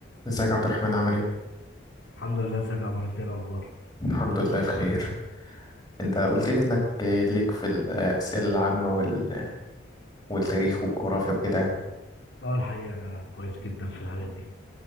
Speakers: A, on the left; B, on the left.
A: ازيك يا عبد الرحمن عامل ايه؟
B: الحمد لله ازيك يا عمر انت ايه الاخبار
A: الحمد لله بخير انت قلت لي انك ليك في الأسئلة العامة وال... والتاريخ والجغرافيا وكده يعني.
B: اه الحقيقه انا كويس جدا في الحاجات دي